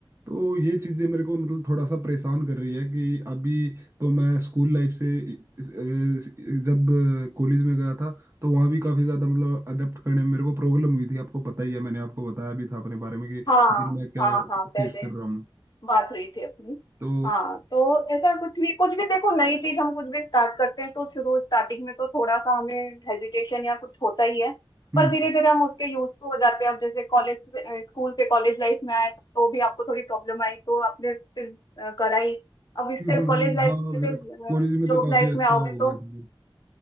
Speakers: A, on the right; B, on the left.
A: तो ये चीज़ें मेरे को मतलब थोड़ा सा परेशान कर रही है कि अभी तो मैं स्कूल लाइफ से अ, जब कॉलेज में गया था तो वहाँ भी काफ़ी ज़्यादा मतलब अडेप्ट करने में मेरे को प्रॉब्लम हुई थी आपको पता ही है मैंने आपको बताया भी था अपने बारे में कि
B: हाँ
A: <laughs> मैं क्या
B: हाँ हाँ पहले
A: फेस कर रहा हूँ
B: बात हुई थी अपनी
A: तो
B: हाँ तो ऐसा कुछ भी कुछ भी देखो नई चीज हम कुछ भी स्टार्ट करते हैं तो शुरू स्टार्टिंग में तो थोड़ा सा हमें हेजिटेशन या कुछ होता ही है
A: हम्म
B: पर धीरे धीरे हम उसके यूज टू हो जाते हैं अब जैसे कॉलेज स्कूल से कॉलेज लाइफ में आए तो भी आपको थोड़ी प्रॉब्लम आई तो आपने फिर अ, कराई अब इससे
A: हम्म हम्म,
B: कॉलेज
A: हम्म,
B: लाइफ
A: हाँ फिर
B: से
A: कॉलेज में
B: जॉब
A: तो काफी
B: लाइफ में
A: अच्छा
B: आओगे
A: हो
B: तो
A: गया था। हम्म